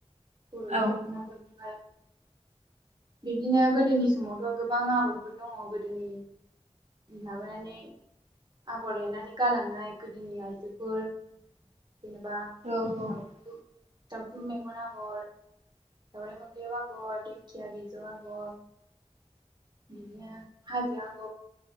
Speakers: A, on the right; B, on the right.
A: बर'नि
B: औ
A: दख'नाफोरखौहाय बिदिनो गोदोनि समावथ' गोबां आगरफोर दङ गोदोनि माबानानै आगर एरनानै गालांनाय गोदोनि आइजोफोर जेनेबा
B: औ औ
A: दाउथु दावथु मेगन आगर दाावराइ मोख्रेब आगर दिंखिया बिजौ आगर बेनो हाजो आग